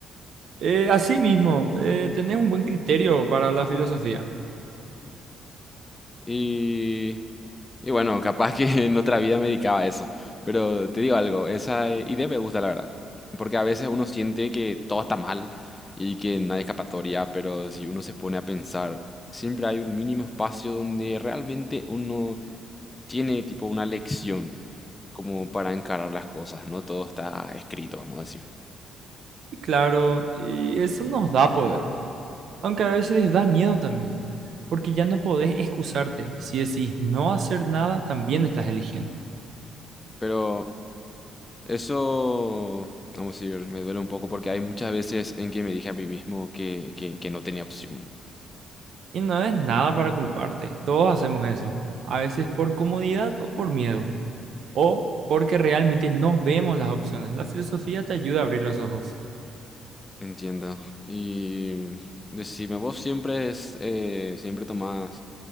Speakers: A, on the right; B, on the left.
A: Eh, asimismo, eh, tenés un buen criterio para la filosofía.
B: Y, y bueno, capaz que <laughs> en otra vida me dedicaba a eso. Pero te digo algo, esa eh, idea me gusta, la verdad. Porque a veces uno siente que todo está mal y que no hay escapatoria, pero si uno se pone a pensar, siempre hay un mínimo espacio donde realmente uno tiene tipo una lección. como para encarar las cosas, no todo está escrito, vamos a decir.
A: Y claro, y eso nos da poder, aunque a veces da miedo también, porque ya no podés excusarte. Si decís no hacer nada, también estás eligiendo.
B: Pero eso, vamos a decir, me duele un poco porque hay muchas veces en que me dije a mí mismo que, que, que no tenía opción.
A: Y no es nada para culparte, todos hacemos eso, a veces por comodidad o por miedo o porque realmente no vemos las opciones. La filosofía te ayuda a abrir los ojos. <laughs>
B: Entiendo. Y decime, vos siempre es, eh, siempre tomás